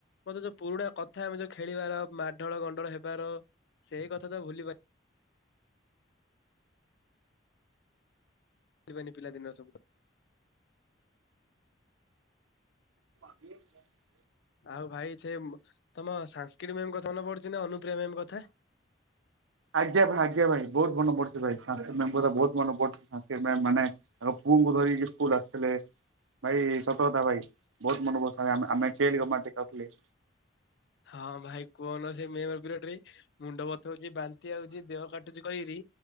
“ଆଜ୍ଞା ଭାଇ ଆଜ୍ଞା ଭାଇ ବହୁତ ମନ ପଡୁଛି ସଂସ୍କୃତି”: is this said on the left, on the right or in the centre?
Right